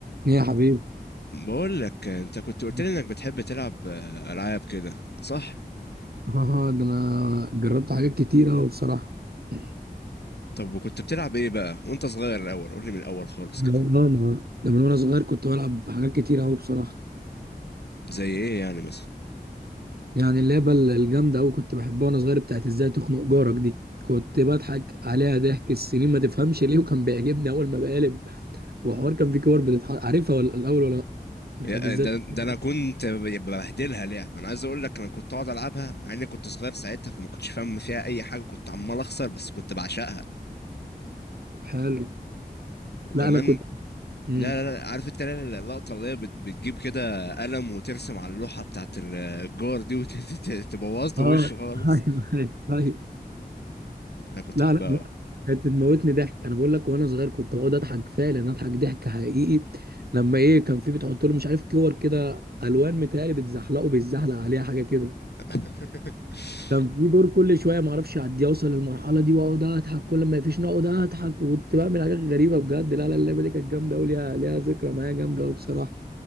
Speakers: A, on the right; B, on the left.
A: ايه يا حبيبي
B: بقول لك انت كنت قلت
A: <laughs>
B: لي انك بتحب تلعب آه، العاب كده صح
A: اه ده انا جربت حاجات كتير اوي بصراحه اه
B: طب وكنت بتلعب ايه بقى وانت صغير الاول قول لي من الاول خالص
A: ما-
B: كده
A: ده من وانا صغير كنت بلعب حاجات كتير اوي بصراحه
B: زي ايه يعني مثلا
A: يعني اللعبه ال- الجامده اوي كنت بحبها وانا صغير بتاعت ازاي تخنق جارك دي كنت بضحك عليها ضحك السنين ما تفهمش ليه وكان بيعجبني اول ما بقلب وحوار كان في كور بتتحط عارفها ولا الاول ولا لأ؟ بتاعت
B: يا-
A: ازاي
B: آه، ده
A: تخنق
B: ده انا كنت ببهدلها لعب انا عايز اقول لك انا كنت اقعد العبها مع اني كنت صغير ساعتها فما كنتش فاهم فيها اي حاجه كنت عمال اخسر بس كنت بعشقها
A: حلو
B: وكمان
A: لا انا كنت امم
B: لا لا, لا عارف انت اللقطه اللي هي بت- بتجيب كده قلم وترسم على اللوحه بتاعت الجار دي وتبوظ
A: اه
B: له وشه خالص
A: <laughs> ايوه ايوه أيوة.
B: انا كنت
A: لا
B: احبها
A: لا لا
B: أوي.
A: كانت بتموتني ضحك انا بقول لك وانا صغير كنت بقعد اضحك فعلا اضحك ضحك حقيقي لما ايه كان في بتحط له مش عارف كور كده الوان متهيألي بتزحلقه بيتزحلق عليها حاجه كده
B: <laughs>
A: كان في دور كل شويه ما اعرفش اعديه اوصل للمرحله دي واقعد اضحك كل ما يفيش نقعد اضحك وكنت بعمل حاجات غريبه بجد لا لا اللعبه دي كانت جامده قوي ليها ليها ذكرى معايا جامده قوي بصراحه